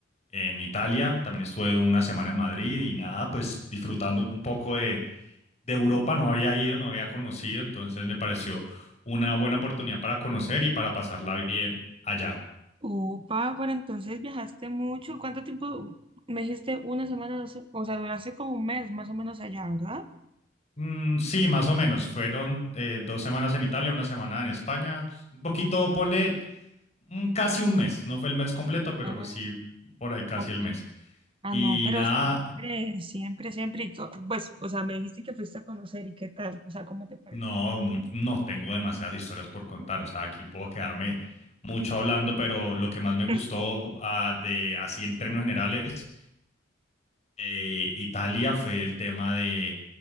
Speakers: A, on the left; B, on the right.
A: en Italia, también estuve una semana en Madrid y nada, pues disfrutando un poco de, de Europa, no había ido, no había conocido, entonces me pareció una buena oportunidad para conocer y para pasarla bien allá.
B: Upa, pero entonces viajaste mucho. ¿Cuánto tiempo? Me dijiste una semana, dos se- o sea, duraste como un mes más o menos allá, ¿verdad?
A: Mm, sí, más o menos. Fueron eh, dos semanas en Italia, una semana en España. Un poquito, ponle mm, casi un mes. No fue el mes completo, pero
B: Ah,
A: sí por ahí casi
B: ok.
A: el mes.
B: Ah,
A: Y
B: no, pero
A: nada,
B: siempre, siempre, siempre. y co- pues, o sea, me dijiste que fuiste a conocer y qué tal, o sea, ¿cómo te pareció?
A: no, mu- no tengo demasiadas historias por contar. O sea, aquí puedo quedarme mucho hablando, pero lo que más
B: <laughs>
A: me gustó ah, de así en términos generales eh, Italia fue el tema de